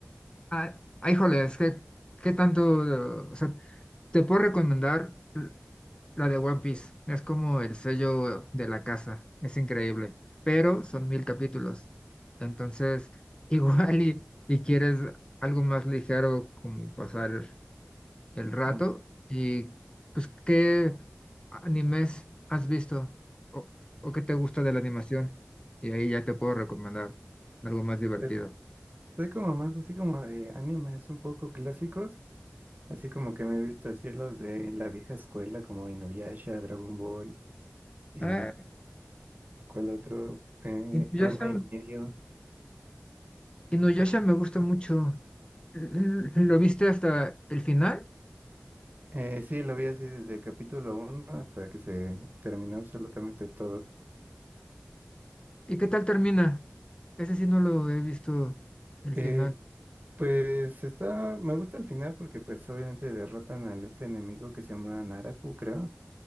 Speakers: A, on the left; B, on the right.
A: Ah, ah, híjoles, ¿qué, qué tanto? O sea, te puedo recomendar l- la de One Piece. Es como el sello de la casa, es increíble, pero son mil capítulos. Entonces, <laughs> igual y, y quieres algo más ligero como pasar el rato.
B: Mm,
A: Y pues, ¿qué animes has visto o, o qué te gusta de la animación? Y ahí ya te puedo recomendar algo más divertido.
B: Pues estoy como más así como de animes un poco clásicos. Así como que me he visto así los de la vieja escuela como Inuyasha, Dragon Ball, eh,
A: Ah,
B: ¿cuál otro? Eh,
A: Inuyasha,
B: Ranma y medio.
A: Inuyasha me gusta mucho. L- l- ¿Lo viste hasta el final?
B: Eh, sí, lo vi así desde capítulo uno hasta que se terminó absolutamente todo.
A: ¿Y qué tal termina? Ese sí no lo he visto el
B: Eh,
A: final.
B: pues está, me gusta el final porque pues obviamente derrotan al este enemigo que se llama Naraku, creo,